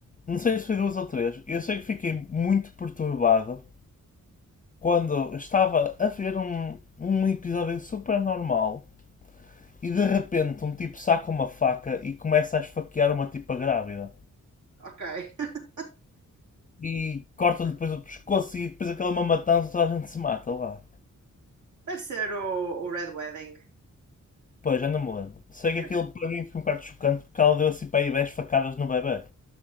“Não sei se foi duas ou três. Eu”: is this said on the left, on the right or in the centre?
Left